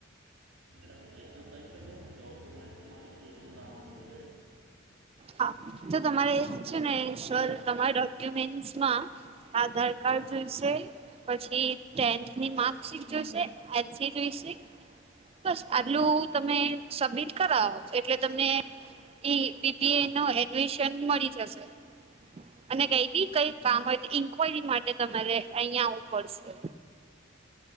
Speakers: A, on the right; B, on the right.
A: મેડમ એટલું કહી શકો ડોક્યુમેન્ટમાં શું શું લાવવાનું છે
B: હા તો તમારે છે ને શર તમારા ડોક્યુમેન્ટસ માં આધાર કાર્ડ જોઈશે. પછી ટેન્થની માર્કશીટ જોઈશે, એલ સી જોઈશે. બસ આટલું તમે સબમિટ કરાવો એટલે તમને ઈ બી બી એ નો એડમિશન મળી જશે. અને કઈ બી કઈ કામ હોય તો ઇન્ક્વાયરી માટે તમારે અહિયાં આવવું પડશે.